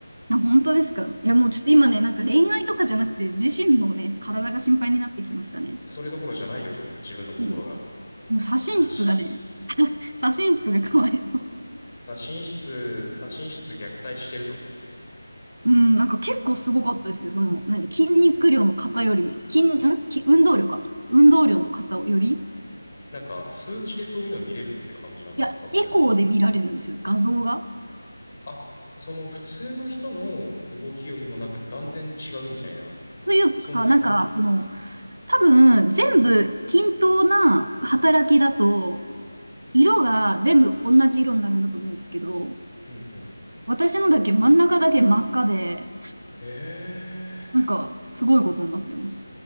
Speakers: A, on the right; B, on the left.
A: や本当ですかいや、もうちょっと今ね、なんか恋愛とかじゃなくて、自身のね、体が心配になってきましたね。
B: それどころじゃないよと、自分の心が。
A: うん。もう左心室がね、
B: 確かに。
A: 左心室がかわいそう。
B: 左心室、左心室虐待してると。
A: うん、なんか結構すごかったですよ。その、何、筋肉量の方よりみ、筋、んき運動量か。運動量の方より、
B: なんか、数値でそういうの見れるって感じなんですかそういうの。
A: いや、エコーで見られるんですよ、画像が。
B: あ、その普通の人の動きよりもなんか断然違うみたいな、
A: というか、
B: そんな感じ。
A: なんか、その、多分、全部均等な働きだと、色が全部同じ色になるんだと思うんですけど、
B: うんうんうん。
A: 私のだけ真ん中だけ真っ赤で、
B: え
A: なんか、すごいことになってます。